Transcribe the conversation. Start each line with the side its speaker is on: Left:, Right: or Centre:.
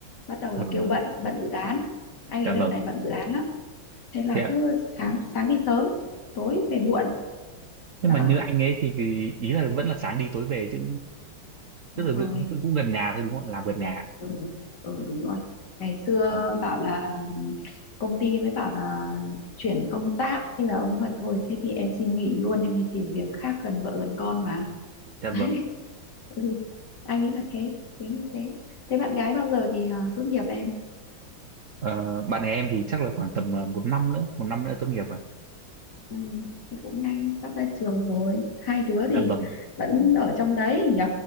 Left: bắt đầu là
Right: vâng
Left: kêu bận bận dự án anh
Right: dạ
Left: ấy đợt
Right: vâng
Left: này bận dự án lắm thế là
Right: thế
Left: cứ sáng sáng đi sớm tối về muộn
Right: nhưng
Left: đó
Right: mà như anh ấy thì thì ý là vẫn là sáng đi tối về chứ tức
Left: Đúng
Right: là
Left: rồi
Right: dự, tức là cũng gần nhà thôi đúng không ạ làm gần nhà
Left: ừ, ừ đúng rồi ngày xưa
Right: vâng
Left: bảo là công ty mới bảo là chuyển công tác thế là ông mà thôi thế thì em xin nghỉ luôn em đi tìm việc khác gần vợ gần con mà
Right: dạ vâng
Left: <laughs> ừ, anh nghĩ là thế tính là thế thế bạn gái bao giờ thì à, tốt nghiệp em
Right: Ờ, bạn gái em thì chắc là khoảng tầm ờ, một năm nữa một năm nữa tốt nghiệp rồi
Left: ừ, thì cũng nhanh sắp ra trường rồi hai đứa
Right: dạ
Left: thì
Right: vâng
Left: vẫn ở trong đấy nhỉ